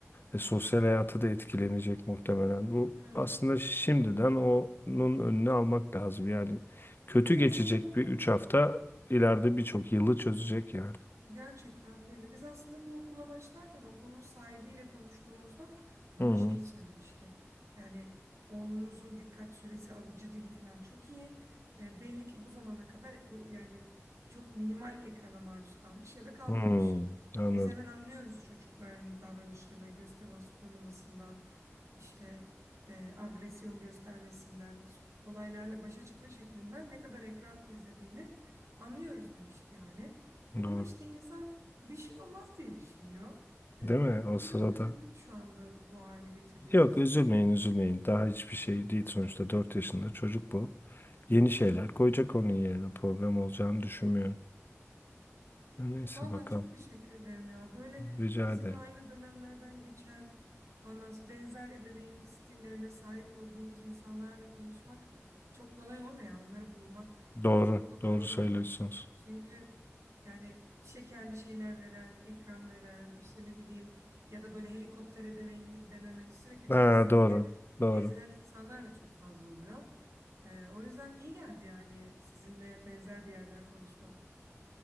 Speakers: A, on the left (about 45°); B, on the right (about 80°).
A: E, sosyal hayatı da etkilenecek muhtemelen. Bu
B: Evet.
A: aslında şimdiden onun önüne almak lazım. Yani kötü
B: Biz
A: geçecek
B: aslında bu
A: bir 3 hafta ileride birçok yılı çözecek yani.
B: Gerçekten böyle. Biz aslında bu okula başlarken okulun sahibiyle konuştuğumuzda bana
A: Hı hı.
B: şeyi söylemişti. Yani oğlunuzun dikkat süresi, alıcı dili falan çok iyi. E, belli ki bu zamana kadar do- yani çok minimal ekrana maruz kalmış ya da kalmamış.
A: Hı hı. Anladım.
B: Biz hemen anlıyoruz çocukların davranışlarından, göz teması kurmamasından, işte e, agresyon göstermesinden, olaylarla başa çıkma şeklinden ne kadar ekran izlediğini anlıyoruz demişti yani.
A: Doğru.
B: Ama işte insan bir şey olmaz diye düşünüyor. Ee,
A: Değil mi o
B: ve
A: sırada?
B: biraz üzüldüm şu anda bu hale getirdiğimiz
A: Yok üzülmeyin
B: için.
A: üzülmeyin. Daha hiçbir şey değil sonuçta 4 yaşında çocuk bu. Yeni şeyler
B: Hı.
A: koyacak onun yerine problem olacağını düşünmüyorum. Neyse
B: Vallahi
A: bakalım.
B: çok teşekkür ederim ya. Böyle
A: Rica
B: bizimle
A: ederim.
B: aynı dönemlerden geçen, ondan sonra benzer ebeveynlik stillerine sahip olduğumuz insanlarla konuşmak çok kolay olmuyor ya. Onları bulmak
A: Doğru.
B: çok kolay
A: Doğru
B: olmuyor.
A: söylüyorsunuz.
B: Çünkü Yani şekerli şeyler veren, ekran veren, işte ne bileyim ya da böyle helikopter ebeveynlik denen hani sürekli
A: Ha,
B: tepesinde
A: doğru. Doğru.
B: gezinen insanlar da çok fazla oluyor. Ee, o yüzden iyi geldi yani sizinle benzer bir yerden konuşmak.